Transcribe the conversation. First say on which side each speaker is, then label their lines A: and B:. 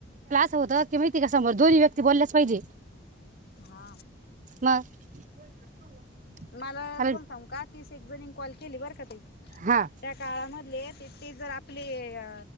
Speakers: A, on the right; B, on the left.
A: होत असती माहिती का समोर दोन्ही व्यक्ती बोलल्याच पैजे
B: हा
A: <inaudible>
B: मला
A: चालेल
B: बोल सांग का तीस एक जणीन कॉल केली बर का ताई
A: हां
B: त्या काळाम हे ते जर आपले अ